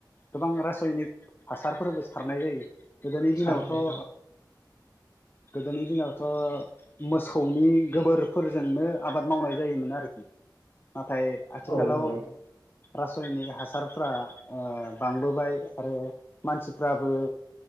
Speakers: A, on the left (about 30°); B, on the left (about 60°).
A: गोबां रासायनिक हासारफोरबो सारनाय जायो। गोदोनि
B: सारनाय
A: दिनावथ' ओ
B: जायो
A: गोदोनि दिनावथ' मोसौनि गोबोरफोरजोंनो आबाद मावनाय जायोमोन आरो <inaudible> नाथाय आथिखालाव
B: औ औ नंगौ नोंथां
A: रासायनिक हासारफ्रा ओ बांबोबाय आरो मानसिफ्राबो